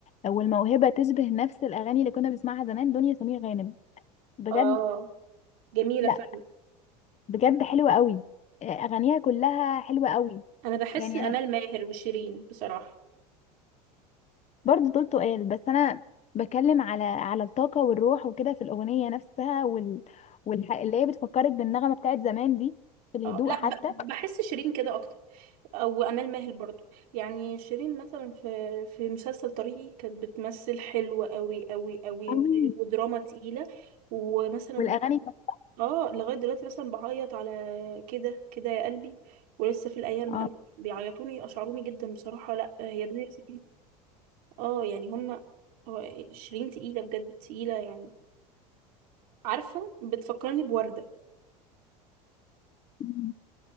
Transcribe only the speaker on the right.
اه جميلة
فعلا
أنا بحس
أمال
ماهر وشيرين بصراحة
اه لا
ب- بحس شيرين كده أكتر أو أمال ماهر برضو يعني شيرين مثلا في في مسلسل طريقي كانت بتمثل حلوة قوي قوي قوي
و- ودراما تقيلة ومثلا
اه لغاية دلوقتي مثلا بعيط على كده كده يا قلبي ولسه في الأيام من
قبل بيعيطوني أشعروني جدا بصراحة لأ هي دنيا سمير اه يعني هما هو شيرين تقيلة بجد تقيلة يعني عارفة بتفكرني بوردة